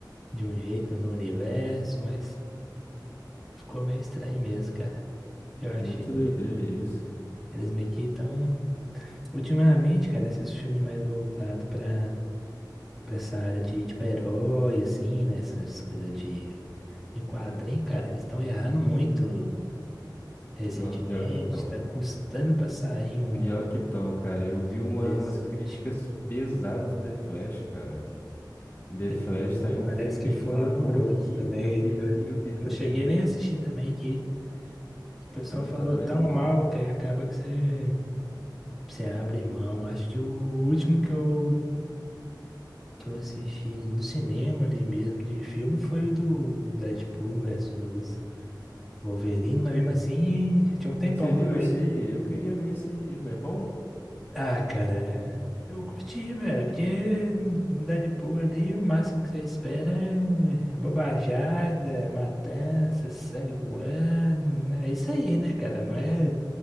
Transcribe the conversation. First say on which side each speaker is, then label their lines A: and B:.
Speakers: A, in the centre; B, on the left.
A: de um jeito no universo, mas ficou meio estranho mesmo, cara. Eu achei
B: Muito
A: que
B: doideira isso.
A: eles meio que estão. Ultimamente, cara, esses filmes mais voltados pra, pra essa área de, tipo, herói, assim, né? Essas coisas de De quadrinho, cara, eles estão errando muito recentemente,
B: Não, pior que tão.
A: tá custando pra sair um,
B: Pior que tão, cara. Eu
A: um
B: vi
A: filme
B: uma,
A: decente.
B: umas críticas pesadas do The Flash, cara. The
A: Ele
B: Flash
A: também
B: saiu
A: parece
B: um filme
A: que
B: aí
A: foi
B: que falaram,
A: horroroso
B: pô, horrível,
A: também.
B: terrível,
A: Eu
B: terrível.
A: eu não cheguei nem a assistir também, que o pessoal
B: Eu
A: falou
B: também
A: tão
B: não.
A: mal que aí acaba que você, você abre mão. Acho que o último que eu, que eu assisti no cinema ali mesmo de filme foi o do Deadpool versus Wolverine, mas mesmo assim tinha um tempão
B: Você
A: quando
B: viu isso
A: eu
B: aí? Eu queria ver isso aí, mas é bom?
A: Ah, cara, é- eu curti, velho. É porque no Deadpool ali o máximo que você espera é bobajada, matança, sangue voando. É isso aí, né, cara? Não é.